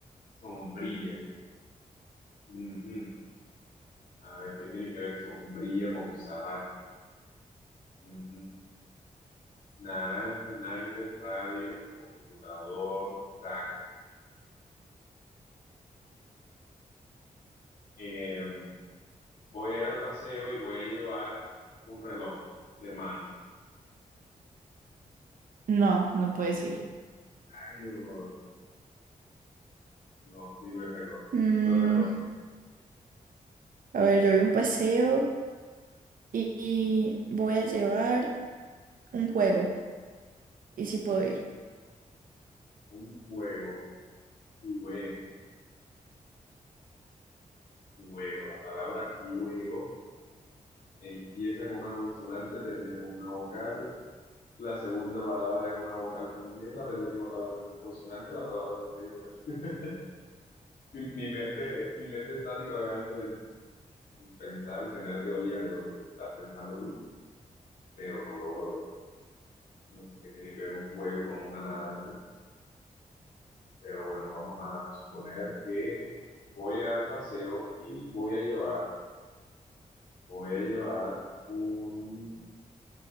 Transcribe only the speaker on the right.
No, no puedes ir.
Mm,
a ver, yo voy a un paseo y, y voy a llevar un juego. ¿Y si puedo ir?